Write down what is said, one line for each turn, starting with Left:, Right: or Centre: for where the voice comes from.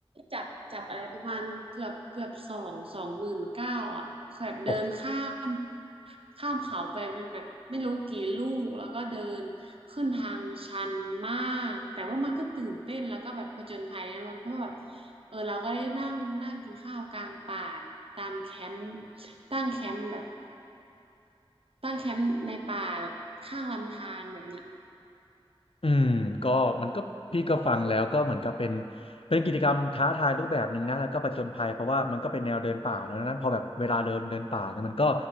Right: จับจับอะไรประมาณเกือบเกือบสองสองหมื่นเก้าอ่ะแบบเดินข้าม
Left: โอ้โห
Right: ข้ามเขาไปเป็นแบบไม่รู้กี่ลูกแล้วก็เดินขึ้นทางชันมากแต่ว่ามันก็ตื่นเต้นแล้วก็แบบผจญภัยนะมันเพราะว่าแบบเออเราก็ได้นั่งนั่งกินข้าวกลางป่าตามแคมป์ตั้งแคมป์แบบตั้งแคมป์ในป่าแบบข้างลำธารแบบเนี้ย
Left: อืมก็มันก็พี่ก็ฟังแล้วก็เหมือนกับเป็นเป็นกิจกรรมท้าทายรูปแบบหนึ่งนะแล้วก็ผจญภัยเพราะว่ามันก็เป็นแนวเดินป่านะดังนั้นพอแบบเวลาเดินเดินป่าเนี่ยมันก็